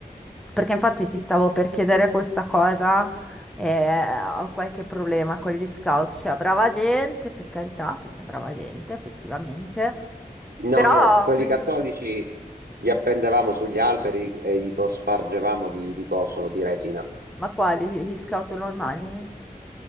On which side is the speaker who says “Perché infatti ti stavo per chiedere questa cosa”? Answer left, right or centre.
Centre